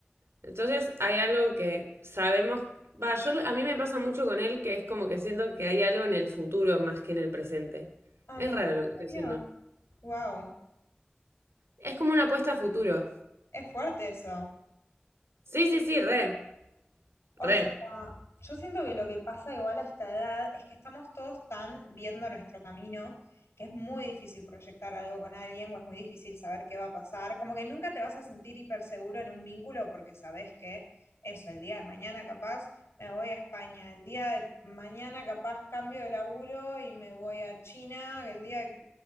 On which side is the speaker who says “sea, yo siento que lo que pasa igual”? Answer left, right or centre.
Left